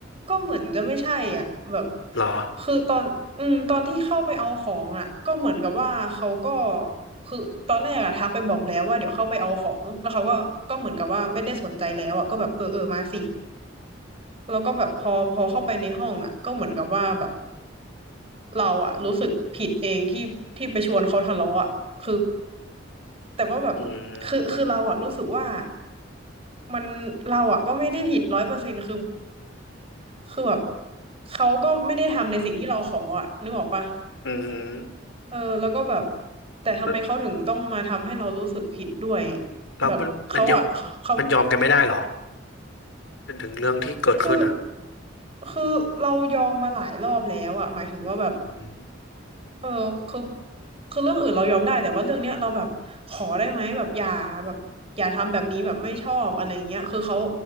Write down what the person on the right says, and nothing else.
ก็เหมือนจะไม่ใช่อ่ะแบบ
คือตอนอืมตอนที่เข้าไปเอาของอ่ะก็เหมือนกับว่าเขาก็คือตอนแรกอะทักไปบอกแล้วว่าเดี๋ยวเข้าไปเอาของแล้วเขาก็ก็เหมือนกับว่าไม่ได้สนใจแล้วอ่ะก็แบบเออเออมาสิแล้วก็แบบพอพอเข้าไปในห้องอ่ะก็เหมือนกับว่าแบบเราอ่ะรู้สึกผิดเองที่ที่ไปชวนเขาทะเลาะอ่ะคือ แต่ว่าแบบ
คือคือเราอะรู้สึกว่า
มันเราอะก็ไม่ได้ผิดร้อยเปอร์เซ็นต์คือคือแบบเขาก็ไม่ได้ทำในสิ่งที่เราขออะนึกออกปะ
เออแล้วก็แบบแต่ทำไมเขาถึงต้องมาทำให้เรารู้สึกผิดด้วย
เขาอะเขา
คือคือเรายอมมาหลายรอบแล้วอะหมายถึงว่าแบบ
เออคือคือเรื่องอื่นเรายอมได้แต่ว่าเรื่องเนี้ยเราแบบขอได้ไหมแบบอย่าแบบอย่าทำแบบนี้แบบไม่ชอบอะไรเงี้ยคือเขา